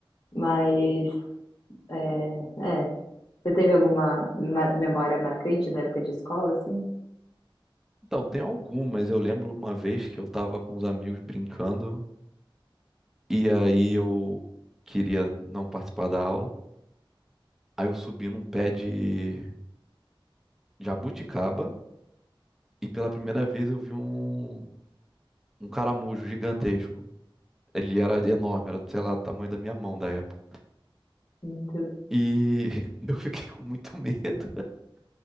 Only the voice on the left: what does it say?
Mas, é, é, você teve alguma ma- memória marcante da época de escola, assim?
Meu Deus,